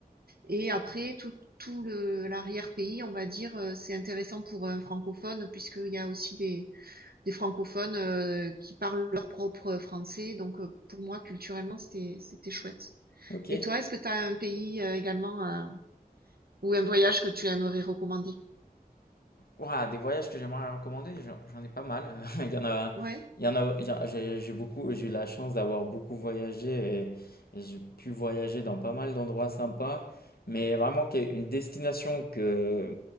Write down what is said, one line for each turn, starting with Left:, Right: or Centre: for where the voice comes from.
Right: Et après, tout tout le l'arrière-pays, on va dire, euh, c'est intéressant pour un francophone puisqu'il y a aussi des des francophones euh, qui parlent leur propre français. Donc, euh, pour moi, culturellement, c'était, c'était chouette.
Left: Ok.
Right: Et toi, est-ce que tu as un pays euh, également euh, ou un voyage que tu aimerais recommander?
Left: Ouah, des voyages que j'aimerais recommander, j'en j'en ai pas mal. <laughs> Il y en a,
Right: Ouais,
Left: il y en a, il y a- j'ai j'ai beaucoup, j'ai eu la chance d'avoir beaucoup voyagé et, et j'ai pu voyager dans pas mal d'endroits sympas. Mais vraiment, qui est une destination que,